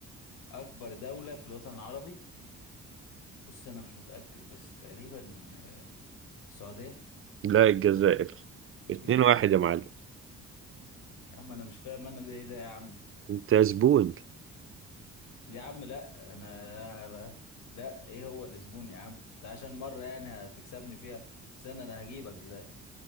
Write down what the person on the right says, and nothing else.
لا الجزائر اتنين
واحد يا معلم
انت زبون